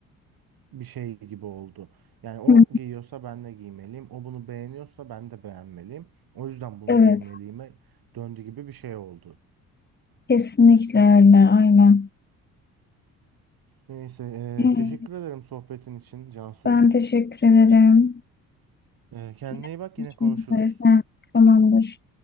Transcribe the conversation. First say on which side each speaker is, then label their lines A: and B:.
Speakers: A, on the right (about 60°); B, on the left (about 25°).
A: bir şey gibi oldu. Yani o
B: Hı.
A: giyiyorsa ben de giymeliyim. O bunu beğeniyorsa ben de beğenmeliyim. O yüzden bunu
B: Evet,
A: giymeliyime döndü gibi bir şey oldu.
B: kesinlikle öyle, aynen.
A: Neyse, eee,
B: Ee,
A: teşekkür ederim sohbetin için Cansu.
B: Ben teşekkür ederim.
A: Eee, kendine
B: Yine
A: iyi bak
B: görüşmek
A: yine konuşuruz.
B: üzere. Sen- Tamamdır.